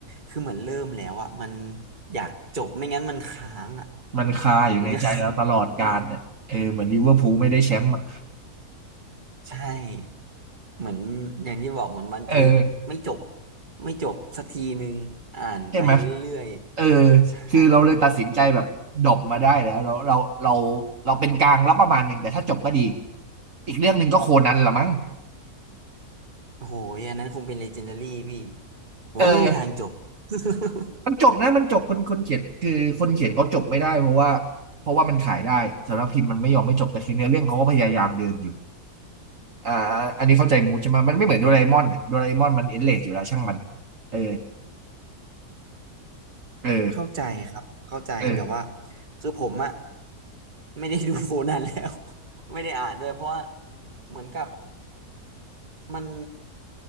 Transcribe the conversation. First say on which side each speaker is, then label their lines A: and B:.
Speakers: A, on the right; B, on the right.
A: คือเหมือนเริ่มแล้วอะมันอยากจบไม่งั้นมันค้างอะ
B: มันคาอยู่ในใจเราตลอดกาลเนี่ยเออเหมือนลิเวอร์พูลไม่ได้แชมป์อะ
A: มันจะค้างอืมใช่เหมือนอย่างที่บอกเหมือนวันพีชไม่จบ
B: เออ
A: ไม่จบสักทีนึงอ่านไปเรื่อย
B: ใช่ไหมเออ
A: ๆใช่ครับ
B: คือเราเลยตัดสินใจแบบดบมาได้แล้วเราเราเราเราเป็นกลางรับประมาณหนึ่งแต่ถ้าจบก็ดีอีกเรื่องหนึ่งก็โคนันละมั้ง
A: โอ้โหอันนั้นคงเป็นเลเจนดารี่พี่ผมว่าไม่มีทางจบ
B: เออ
A: <laughs>
B: มันจบนะมันจบคนคนเขียนคือคนเขียนเขาจบไม่ได้เพราะว่าเพราะว่ามันขายได้สำนักพิมพ์มันไม่ยอมไม่จบแต่คือเนื้อเรื่องเขาก็พยายามเดินอยู่อ่าอันนี้เข้าใจมูใช่ไหมมันไม่เหมือนโดราเอมอนอ่ะโดราเอมอนมันเอ็นเลสอยู่แล้วช่างมันเออเออ
A: เข้าใจครับเข้าใจแต่ว่า
B: เออ
A: คือผมอะไม่ได้ดูโคนันแล้ว <laughs> ไม่ได้อ่านด้วยเพราะว่าเหมือนกับมัน